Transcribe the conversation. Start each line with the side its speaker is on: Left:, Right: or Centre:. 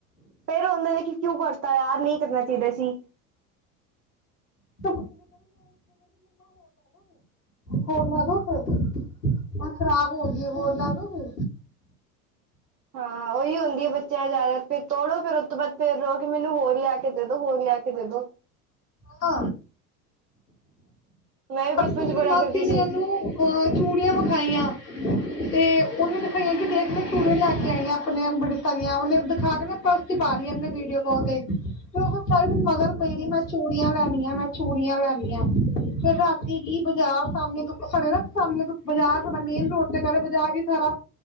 Right: ਫੇਰ ਓਨਾਂ ਨੇ ਕਿ-ਕਿਯੂੰ ਕਰਤਾ ਯਾਰ, ਨਈ ਕਰਨਾ ਚਾਈਦਾ ਸੀ।
Left: <unintelligible> ਹੋਰ ਲੈਂ ਦੋਗੇ! ਐ ਖਰਾਬ ਹੋ ਗਈ ਐ, ਹੋਰ ਲੈ ਦੋਗੇ?
Right: ਹਾਂ ਓਹੀ ਹੁੰਦੀ ਏ ਬੱਚਿਆਂ ਜ਼ਿਆਦਾ ਤਰ, ਤੋੜੋ ਫੇਰ ਉਸ ਤੋਂ ਬਾਦ ਫਿਰ ਰੋਵੋ ਕੇ ਮੈਨੂੰ ਹੋਰ ਲਿਆ ਕੇ ਦੇ ਦੋ, ਹੋਰ ਲਿਆ ਕੇ ਦੇ ਦੋ।
Left: ਆ
Right: ਮੈਂ ਵੀ
Left: <unintelligible>
Right: ਬਚਪਨ ਚ
Left: ਦੀ
Right: ਬੜਾ
Left: ਮਾਸੀ
Right: ਕਰਦੀ
Left: ਨੇ
Right: ਸੀ।
Left: ਓਨੂੰ ਅ-ਚੂੜੀਆਂ ਵਿਖਾਈਆਂ ਤੇ ਓਨੇ ਦਿਖਾਈਆਂ ਕਿ ਦੇਖ ਲੌ ਚੂੜੀਆਂ ਲੈ ਕੇ ਆਈਂ ਆਂ ਆਪਣੇ ਬੜੀ ਸਾਰੀਆਂ, ਉਹਨੇ ਦਿਖਾ ਕੇ ਨਾ ਪਰਸ ਚ ਪਾ ਲੀਆਂ ਆਪਣੇ ਵੀਡੀਓ ਕਾਲ ਤੇ। ਫਿਰ ਓ ਕੱਲ ਸਾਰਾਂ ਦਿਨ ਮਗਰ ਪਈ ਦੀ, ਮੈਂ ਚੂੜੀਆਂ ਲੈਣੀਐਂ, ਮੈਂ ਚੂੜੀਆਂ ਲੈਣੀਐਂ। ਫੇਰ ਰਾਤੀ ਈ ਬਾਜ਼ਾਰ ਸਾਮਣੇ ਦੁਕ, ਸਾਡੇ ਨਾ ਸਾਮਣੇ ਦੁਕ-ਬਾਜ਼ਾਰ ਸਾਡਾ ਨਾ ਮੇਨ ਰੋਡ ਤੇ ਘਰ ਏ ਬਾਜ਼ਾਰ ਈ ਸਾਰਾ